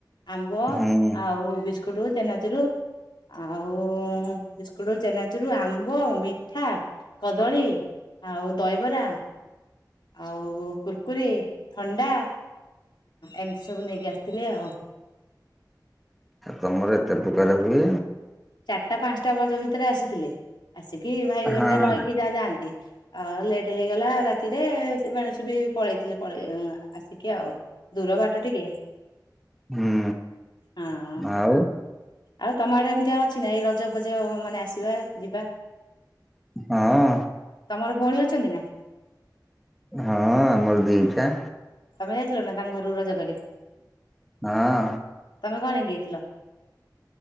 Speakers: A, on the left; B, in the centre.
A: ଆମ୍ବ
B: ହୁଁ
A: ଆଉ ବିସ୍କୁଟ ଚେନାଚିରୁ। ଆଉ ଉ ଉ ଉ ବିସ୍କୁଟ ଚେନାଚୁରୁ ଆମ୍ବ ମିଠା କଦଳୀ। ଆଉ ଦହିବରା। ଆଉ କୁୁରକୁରି ଥଣ୍ଡା ଏମିତି ସବୁ ନେଇକି ଆସିଥିଲେ ଆଉ।
B: ତମର ଏତେ ପ୍ରକାର ହୁଏ।
A: ଚାରିଟା ପାଞ୍ଚଟା ବ ଭିତରେ ଆସିଥିଲେ। ଆସିକି ଭାଇ
B: ହଁ
A: ଘରିକା ରହିକି ଯା ଯାଆନ୍ତି। ଆଉ ଲେଟ୍ ହେଇଗଲା ରାତିରେ ସେ ବେଣୁସୁ ବି ପଳେଇଥିଲେ ପଳେଇ ଆସିକି ଆଉ। ଦୂର ବାଟ ଟିକେ
B: ହୁଁ
A: ହଁ ହଁ
B: ଆଉ
A: ଆଉ ତମ ଆଡେ ଏମିତି ଆଉ ଅଛି ନା ଏଇ ରଜ ଫଜ ମାନେ ଆସିବା ଯିବା।
B: ହଁ।
A: ତମର ଭଉଣୀ ଅଛନ୍ତି ନା।
B: ହଁ ଆମର ଦିଟା।
A: ତମେ ଯାଇଥିଲ ନା ତାଙ୍କ ଘରୁ ରଜ କରି।
B: ହଁ।
A: ତମେ କଣ ନେଇକି ଯାଇଥିଲ।